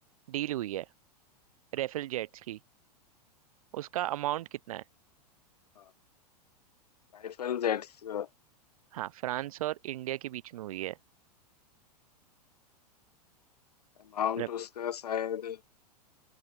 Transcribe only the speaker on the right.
डील हुई है रेफेल जेट्स की उसका अमाउंट कितना है
हाँ फ्रांस और इंडिया के बीच में हुई है
रे-